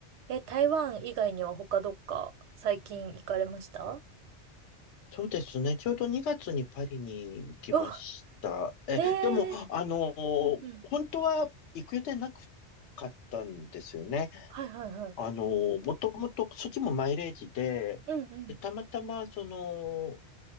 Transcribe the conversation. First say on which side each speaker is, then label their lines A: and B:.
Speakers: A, on the right (about 75°); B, on the left (about 80°).
A: え、台湾以外には他どっか最近行かれました
B: そうですね。ちょうど2月にパリに行きました。
A: うわ、
B: え、
A: へえ。
B: でも、あのー、
A: うんうん。
B: 本当は行く予定なかったんですよね。
A: はいはいはい。
B: あのー、もともと、そっちもマイレージで、
A: うんうん。
B: で、たまたま、その、